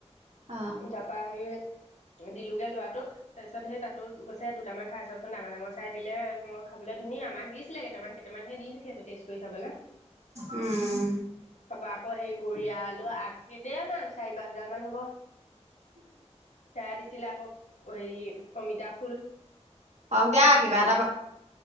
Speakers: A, on the right (about 70°); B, on the left (about 80°).
A: অ
B: তাৰাপাহৰি দিলোগে লৰাটোক তাৰপিছত সেই তাতো গৈছে দুটামান খাই চবচোন ডাঙৰ ডাঙৰ চাই দিলে মই খাবলৈ ধুনীয়া আমাক দিছিলে কেইটামান কেইটামান সেই দি পঠি আছো টেষ্ট কৰি চাবলৈ।
A: উম।
B: কব আকৌ সেই গৰিয়া আলু আগেই দ আ চাৰি পাঁচডাৰ মান হ'ব সেয়া দিছিলে আকৌ হেৰি অমিতা ফুল
A: হওক দিয়া কিবা এটা